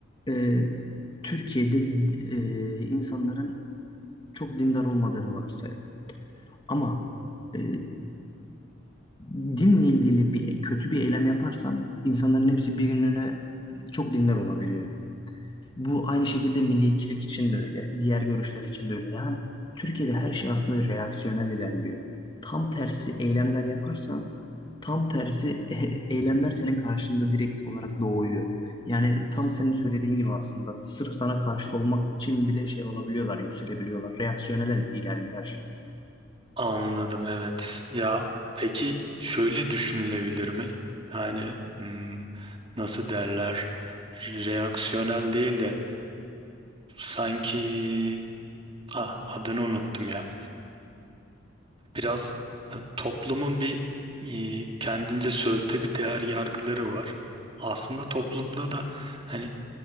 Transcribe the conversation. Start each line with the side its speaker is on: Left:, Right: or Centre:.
Left: Ee, Türkiye'de e, insanların çok dindar olmadığını varsay. Ama e, dinle ilgili bir kötü bir eylem yaparsan insanların hepsi bir günlüğüne çok dindar olabiliyor. Bu aynı şekilde milliyetçilik için de öyle, diğer görüşler için de öyle. Yani Türkiye'de her şey aslında reaksiyonel ilerliyor. Tam tersi eylemler yaparsan, tam tersi <laughs> eylemler senin karşında direkt olarak doğuyor. Yani tam senin söylediğin gibi aslında sırf sana karşıt olmak için bile şey olabiliyorlar, yükselebiliyorlar. Reaksiyonel ilerliyor her şey.
Right: anladım evet. Ya peki şöyle düşünülebilir mi? Yani hmm, nasıl derler reaksiyonel değil de Sanki ah adını unuttum ya. Biraz e, toplumun bir e, kendince sözde bir değer yargıları var. Aslında toplumda da hani